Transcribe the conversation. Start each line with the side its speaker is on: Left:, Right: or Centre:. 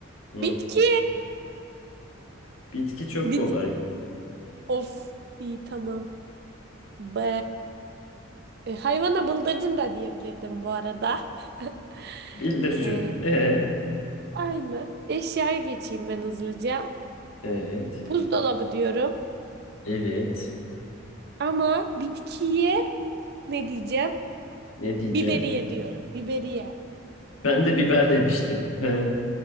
Left: Hı.
Right: Bitki.
Left: Bitki çok
Right: Bit.
Left: kolay.
Right: Of. iyi tamam. Be. E, hayvana bıldırcın da diyebilirdim bu arada. <laughs>
Left: Bildircün.
Right: Ee,
Left: Ee,
Right: aynı. Eşyaya geçeyim ben hızlıca.
Left: evet.
Right: Buzdolabı diyorum.
Left: Evet.
Right: Ama bitkiye ne diyeceğim?
Left: Ne diyeceğim?
Right: Biberiye diyorum. Biberiye.
Left: Ben de biber demiştim. He,